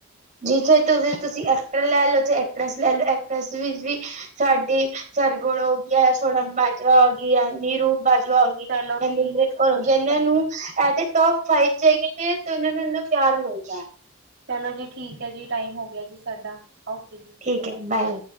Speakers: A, on the right; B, on the right.
A: ਜਿੱਥੇਂ ਤੁਸੀਂ-ਤੁਸੀਂ ਐਕਟਰ ਲੈ ਲੋ ਚਾਹੇ ਐਕਟਰੈਸ ਲੈ ਲੋ, ਐਕਟਰੈਸ ਵਿੱਚ ਵੀ ਸਾਡੀ ਸਰਗੁਣ ਹੋ ਗਈ ਐ ਸੋਨਾਮ ਬਾਜਵਾ ਹੋ ਗਈ ਐ ਨੀਰੂ ਬਾਜਵਾ ਹੋ
B: ਚਲੋ
A: ਐ
B: ਜੀ
A: ਨਿਮਰਤ ਕੋਰ
B: ਠੀਕ
A: ਜਿਹਨਾਂ
B: ਹੈ
A: ਨੂੰ
B: ਜੀ
A: ਐ ਤੇ ਟੋਪ ਫਾਈਵ'ਚ ਹੈਗੇ ਨੇ, ਤੇ ਉਹਨਾਂ ਨੂੰ ਇੰਨਾ ਪਿਆਰ ਮਿਲਦਾ ਐ
B: ਚਲੋ ਜੀ, ਠੀਕ ਹੈ ਜੀ। ਟਾਈਮ ਹੋ ਗਿਆ ਜੀ ਸਾਡਾ। ਓਕੇ ਜੀ।
A: ਠੀਕ ਏ, ਬਾਏ।